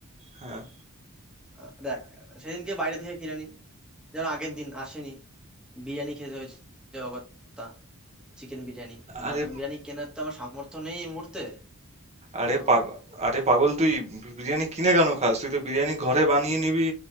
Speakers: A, on the right; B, in the centre.
A: হ্যাঁ
B: আহ, দেখ সেদিনকে বাইরে থেকে কিনে নিই যেমন আগের দিন আসেনি বিরিয়ানি খেতে হয়েছে অগত্যা চিকেন বিরিয়ানি
A: আরে
B: মাটন বিরিয়ানি কেনার তো আমার সামর্থ্য নেই এই মুহূর্তে
A: আরে
B: তো
A: পাগল আরে পাগল তুই বিরিয়ানি কিনে কেন খাস তুই তো বিরিয়ানি ঘরে বানিয়ে নিবি